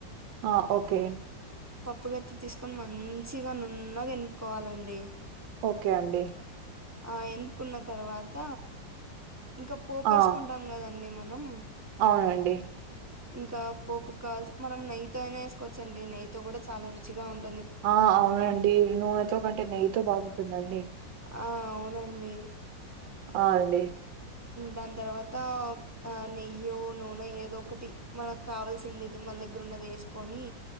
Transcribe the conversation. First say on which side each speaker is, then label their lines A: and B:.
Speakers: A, on the right; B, on the right.
A: ఆహ్ ఓకే.
B: పప్పుగత్తి తీసుకొని మంచిగా నున్నగా ఎనుపుకోవాలండి.
A: ఓకే అండి.
B: ఆహ్ ఎన్నుకున్న తర్వాత. ఇంకా పోపేసుకుంటాం
A: ఆ!
B: కదండి మనం.
A: అవునండి.
B: ఇంకా పోపు కాదు మనం నెయ్యితో అయినా వేసుకోవచ్చండి నెయ్యితో కూడా చాలా రుచిగా ఉంది.
A: ఆహ్ అవునండి నూనెతో కంటే నెయ్యితో బాగుంటుందండి.
B: ఆహ్ అవునండి.
A: ఆహ్ అండి.
B: దాని తర్వాత ఆహ్ నెయ్యి నూనె ఏదో ఒకటి మనకు కావాల్సింది ది మన దగ్గర. అన్నది వేసుకొని.